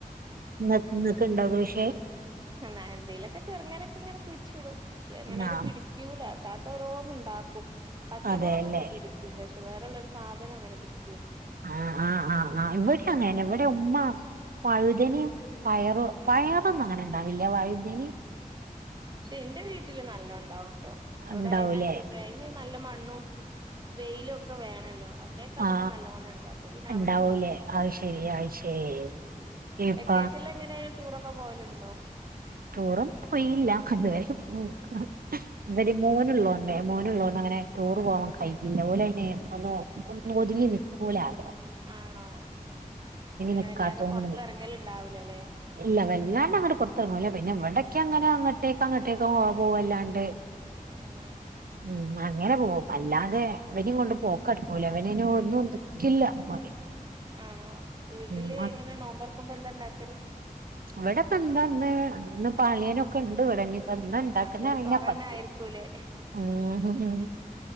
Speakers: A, on the right (about 80°); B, on the right (about 30°).
A: ഇങ്ങ ഇങ്ങക്ക്ണ്ടൊ കൃഷി
B: എന്നെ എന്തേലൊക്കെ ചെർങ്ങനൊക്കെ ങ്ങനെ കുഴിച്ചിടും ക്ഷെ ങ്ങനട്
A: ആ
B: പിടിക്കൂല ത്താത്ത രോന്നു ണ്ടാ ആക്കും പച്ചമുളകൊക്കെ
A: അതെല്ലേ
B: പിടിക്കും പക്ഷെ വേറള്ളരു സാധനം അങ്ങനെ പിടിക്
A: ആ ആഹ് ആഹ് ആഹ് ഇവിടെയങ്ങൻനെ ഇവടെ ഉമ്മ വഴുതനേം പയറ് പയറൊന്നും ങ്ങനെ ണ്ടാവില്ല വഴുതനിം
B: ക്ഷെ എന്റെ വീട്ടില് നല്ലോ ണ്ടാവ്ട്ടോ അവിടെ
A: ഉണ്ടാവൂലേ
B: അയിനൻസരിച്ച് അയിന് നല്ല മണ്ണും വെയിലും ഒക്കെ വേണല്ലോ അവിടെക്ക് അതൊക്കെ
A: ആ
B: നല്ലോണം ഉണ്ട് അപ്പം പിന്നെ
A: ഉണ്ടാവൂലേ
B: അവിടെ ഇണ്ടാകും
A: അത് ശരി
B: ഉം
A: അത് ശരി ഇപ്പ
B: വെക്കേഷനിൽ എങ്ങനെയ ടൂറൊക്കെ പോവല്ണ്ടോ
A: ടൂറൊന്നും പോയില്ല അതുവരെ <unintelligible> ഇവര് മോനു ഉള്ളോണ്ടേ മോനെ ഉള്ളോ ഒന്നും അങ്ങനെ ടൂർ പോവാാൻ കയ്യൂല്ല. ഓലയ്നെ ഒന്ന് ഒന്ന് ഒതുങ്ങി നിൽക്കൂലാല്ലോ
B: ആണോ അപ്പ പിന്നെ
A: നിക്കാത്തോണ്ടന്നെ
B: വല്ലാതെ പൊറത്ത് എറങ്ങല് ഇണ്ടാവൂല ലേ
A: ഇല്ല വല്ലാണ്ട് അങ്ങട് പൊർത്തറങ്ങൂല്ല പിന്നെ ഇവിടയൊക്കെ അങ്ങനെ അങ്ങട്ടേക്ക് അങ്ങട്ടേക്ക് പോവാ അല്ലാണ്ട്
B: ഉം
A: ഉം അങ്ങനെ പോവും അല്ലാതെ ഇവനിം കൊണ്ട് പോക്കടക്കൂല ഇവൻ അയ്ന് ഒന്നും നിക്കില്ല ഓന്
B: ആണോ വീട്ടില്
A: ഉം
B: എങ്ങനെ നോമ്പർക്കുമ്പം എന്താ ഇണ്ടാക്കല്
A: ഇവിടെക്കെ എന്താ ന്ന് ഇന്ന് ഇപ്പ അളിയനൊക്കെ ഇണ്ട് ഇവടെ. ഇഞ്ഞിപ്പെന്താ ഇണ്ടാക്ക്ന്ന
B: അപ്പൊ ഒരു
A: അറിയില്ല.
B: തൊറന്നെ
A: പത്തി
B: ആയിരിക്കൂലേ
A: ഉം